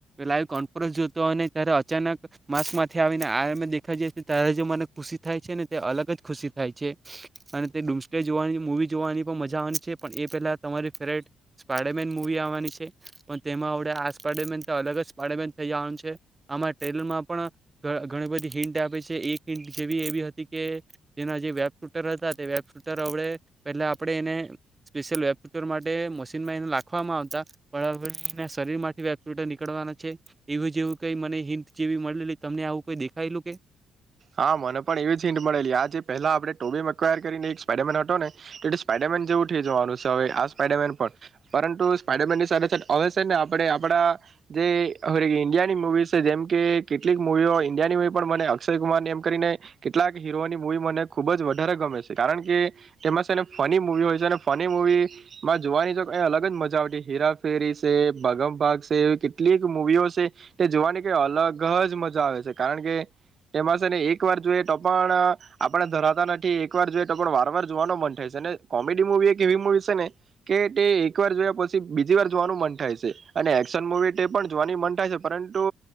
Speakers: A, on the right (about 20°); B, on the right (about 45°).
A: લાઈવ કોન્ફરન્સ જોતો અને ત્યારે અચાનક માસ્કમાંથી આવીને આ મે દેખાઈ જ ત્યારે મને ખુશી થાય છે ને તે અલગ જ ખુશી થાય છે અને તે ડુમસને જોવાની મુવી જોવાની પણ મજા આવવાની છે પણ એ પહેલાં તમારી ફેવરેટ સ્પાયડરમેન મૂવી આવવાની છે પણ તેમાં હણે આ સ્પાઈડરમેન તો અલગ જ સ્પાયડરમેન થઈ જવાનું છે. આમાં ટ્રેલરમાં પણ ઘણી બધી હિન્ટ આપ છે. એક હિન્ટ જેવી એવી હતી કે જેના જે વેબ શૂટર હતા તે વેબ શૂટર અવડે પહેલા આપણે એને સ્પેશિયલ વેપુટર માટે મશીનમાં એને લખવામાં આવતા પણ આપણે એના શરીર થી વેપુટર નીકળવાના છે એવું જેવું કઈ મને હિન્ટ જેવી મળેલી તમને આવું કઈ દેખાયલું કે
B: હા મને પણ એવી જ હિંન્ટ મળેલી આ જે પહેલા આપણે ટોબીવાયર કરીને એક સ્પાઈડરમેન હતો ને તો સ્પાઈડરમેન જેવું થઈ જવાનું છે. હવે આ સ્પાઈડરમેન પણ પરંતુ સ્પાઈડરમેનની સાથે સાથે હવે છે ને આપણે આપડા જે ઈન્ડિયાની મુૂવી છે જેમ કે કેટલીક મુવીઓ ઈન્ડિયાનીવી પણ મને અક્ષર ને એમ કરીને કેટલાક હીરોની મૂવી મને ખુબ જ વધારે ગમે છે, કારણ કે તેમાં છેને ફની મુૂવી હોય છે અને ફની મુૂવીમાં જોવાની તો કઈ અલગ જ મજા આવતી. હેરાફેરી છે, ભાગમભાગ છે, એવી કેટલીક મુૂવીઓ છે તે જોવાની કઈ અલગ જ મજા આવે છે કારણ કે એમાં છે ને એક વાર જોઈએ તો પણ આપણે ધરાતા નથી એક વાર જોઈએ તો પણ વાર વાર જોવાનું મન થાય છે અને કોમેડી મુૂવી એક એવી મુૂવી છે ને કે તે એકવાર જોયા પછી બીજી વાર જોવાનું મન થાય છે. અને એક્શન મૂવી તે પણ જોવાની મન થાય છે પરંતુ